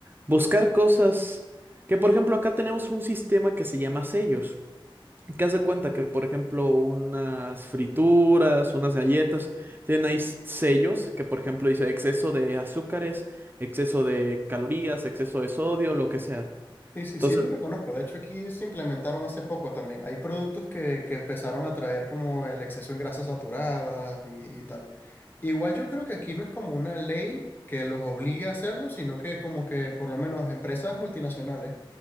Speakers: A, on the right; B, on the left.
A: buscar cosas. Que por ejemplo acá tenemos un sistema que se llama sellos, que hace cuenta que por ejemplo unas frituras, unas galletas, tienen ahí s- sellos que por ejemplo dice exceso de azúcares, exceso de calorías, exceso de sodio, lo que sea.
B: Sí, sí,
A: Entonces,
B: sí lo reconozco. De hecho, aquí se implementaron hace poco también. Hay productos que, que empezaron a traer como el exceso en grasas saturadas y, y tal. Igual yo creo que aquí no es como una ley que los obligue a hacerlo, sino que como que por lo menos empresas multinacionales